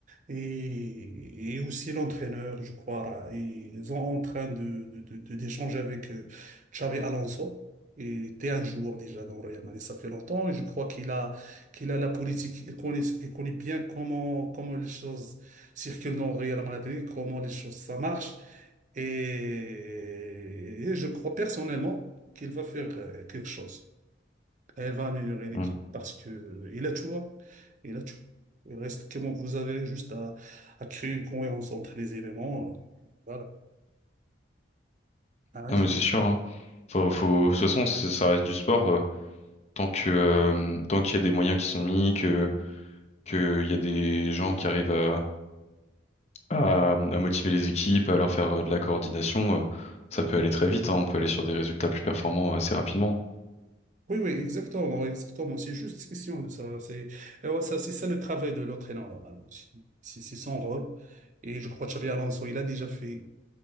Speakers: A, on the right; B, on the left.
A: et, et aussi l'entraîneur, je crois. là. Et ils sont en train de, de, de- de- d'échanger avec euh, Xabi Alonso. et était un joueur déjà dans le Real Madrid, ça fait longtemps, et je crois qu'il a, qu'il a la politique, il connaît, il connaît bien comment, comment les choses circulent dans le Real Madrid, comment les choses, ça marche. Et, et je crois personnellement qu'il va faire euh, quelque chose. Elle va améliorer l'équipe
B: Mm.
A: parce que, et là, tu vois, et là, tu, il reste que bon, vous avez juste à, à créer une cohérence entre les éléments. euh, Voilà. Ah,
B: Ah mais c'est sûr. hein. Faut, faut, de toute façon, c'est- ça reste du sport. euh, tant que euh, tant qu'il y a des moyens qui sont mis, que que il y a des gens qui arrivent à, à à motiver les équipes, à leur faire euh, de la coordination, euh, ça peut aller très vite, hein, on peut aller sur des résultats plus performants euh, assez rapidement.
A: oui, oui, oui, exactement, exactement. C'est juste question de ça. C'est, et ouais, ça, c'est ça le travail de l'entraîneur, normalement. C'est c'est- c'est son rôle. Et je crois que Xabi Alonso, il a déjà fait